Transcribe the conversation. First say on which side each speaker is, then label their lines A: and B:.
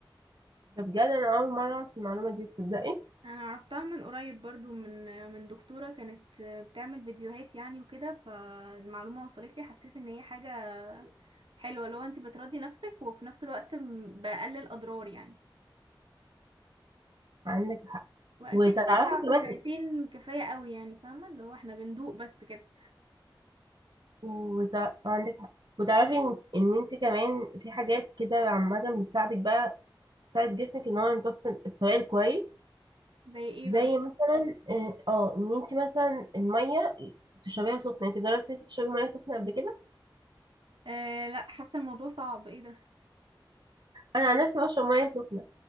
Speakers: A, on the right; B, on the right.
A: ده بجد انا اول مرة اعرف المعلومة دي تصدقي
B: انا عرفتها من قريب برضو من من دكتورة كانت بتعمل فيديوهات يعني وكده فالمعلومة وصلت لي حسيت ان هي حاجة حلوة لو انت بتراضي نفسك وفي نفس الوقت م- بقلل اضرار يعني
A: عندك حق
B: واكيد
A: وتعرفي
B: قطعة
A: كمان
B: قطعتين
A: إيه؟
B: كفاية قوي يعني فاهمة اللي هو احنا بندوق بس كده
A: وتع... عندك حق وتعرفي ان إن انت كمان في حاجات كده عامة بتساعدك بقى تساعد جسمك ان هو يمتص السوائل كويس
B: زي ايه
A: زي
B: بقى
A: مثلا اه آه، ان انت مثلا الميه تشربيها سخنه انت جربتي تشربي ميه سخنه قبل كده
B: آه لا حاسة الموضوع صعب ايه ده
A: انا عن نفسي بشرب ميه سخنه